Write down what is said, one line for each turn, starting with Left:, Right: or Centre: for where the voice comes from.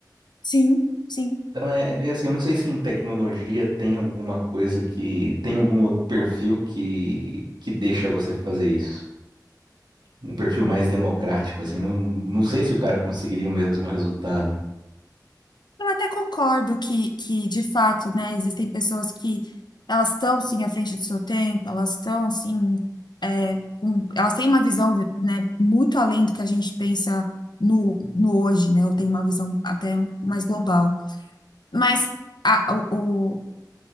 Left: Sim. Sim.
Right: Então é meio assim, eu não sei se em tecnologia tem alguma coisa que, tem algum outro perfil que, que deixa você fazer isso. Um perfil mais democrático, assim, não, não sei se o cara conseguiria o mesmo resultado.
Left: Eu até concordo que, que, de fato, né, existem pessoas que elas estão, sim, à frente do seu tempo, elas estão, sim, é, um- elas têm uma visão, né, muito além do que a gente pensa no, no hoje, né, ou tem uma visão até mais global. Mas a- o, o-